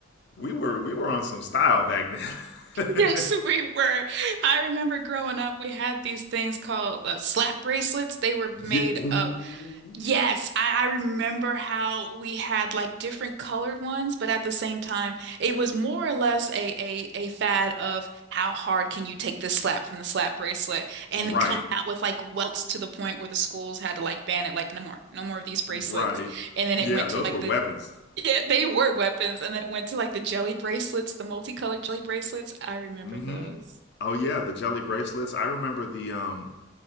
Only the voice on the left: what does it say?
We were we were on some style back then.
<laughs>
yeah. Ooh.
Right,
right.
Yeah,
those
were
weapons.
Mm-hmm.
Oh yeah, the jelly bracelets. I remember the um